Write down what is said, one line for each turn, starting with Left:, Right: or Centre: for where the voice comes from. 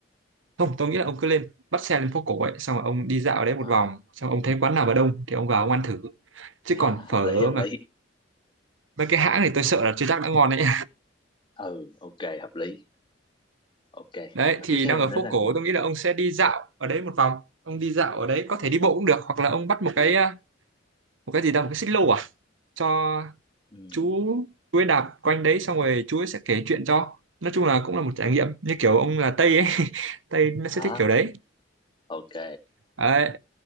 Right: không tôi nghĩ là ông cứ lên bắt xe lên phố cổ ấy xong rồi ông đi dạo ở đấy một
Left: ờ
Right: vòng xong rồi ông thấy quán nào mà đông thì ông vào ông ăn thử chứ còn
Left: hợp
Right: phở
Left: lý hợp lý
Right: mà mấy cái hãng thì tôi sợ là chưa chắc đã ngon đấy
Left: ừ ok hợp lý ok
Right: đấy
Left: Rồi
Right: thì
Left: tiếp theo
Right: đang
Left: mình
Right: ở phố
Left: nên làm
Right: cổ
Left: gì nhỉ
Right: tôi nghĩ là ông sẽ đi dạo ở đấy một vòng ông đi dạo ở đấy có thể đi bộ cũng được hoặc là ông bắt một cái à, một cái gì đó một cái xích lô à cho
Left: ừ
Right: chú chú ấy đạp quanh đấy xong rồi chú ấy sẽ kể chuyện cho nói chung là cũng là một
Left: ừ
Right: trải nghiệm như kiểu ông là Tây ấy <laughs> Tây nó
Left: đó
Right: sẽ thích kiểu đấy
Left: ok
Right: đấy